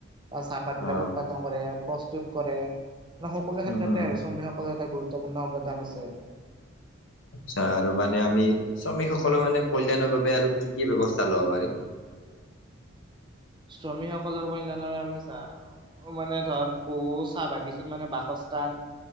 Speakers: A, on the right (about 20°); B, on the left (about 65°).
A: বা চাহপাত বিলাক
B: অ',
A: উৎপাদন কৰে, প্ৰস্তুত কৰে মান সকলো
B: উম,
A: ক্ষেত্ৰতে
B: উম,
A: আৰু শ্ৰমিকসক এটা গৰুতপূৰ্ণ, অবদ্ধান আছে।
B: চাহ আৰু মানে আমি শ্ৰমিকসকলৰ মানে কল্যাণৰ বাবে আৰু কি কি ব্ৱস্থা লব পাৰিম?
A: শ্ৰমিকসকলৰ। <inaudible> মানে ধৰ, বহু চাহ বাগিচাত মানে বাসস্থান,